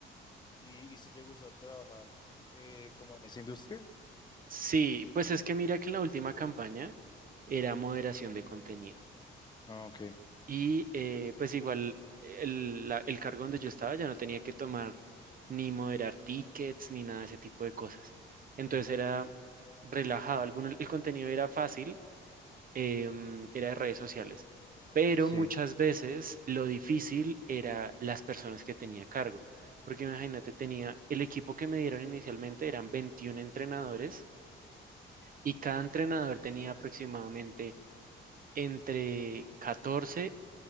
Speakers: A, on the left (about 20°); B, on the right (about 45°).
A: ¿Y, y si te gustó trabajar eh, como en esa industria?
B: Sí, pues es que mira que en la última campaña era moderación de contenido.
A: Ah, Ok.
B: Y eh, pues igual el, la- el cargo donde yo estaba ya no tenía que tomar ni moderar tickets ni nada de ese tipo de cosas. Entonces
A: Ujú.
B: era relajado. Alguno, el contenido era fácil, em, era de redes sociales, pero
A: Sí.
B: muchas veces lo difícil era las personas que tenía a cargo. Porque imagínate, tenía el equipo que me dieron inicialmente eran 21 entrenadores y cada entrenador tenía aproximadamente entre catorce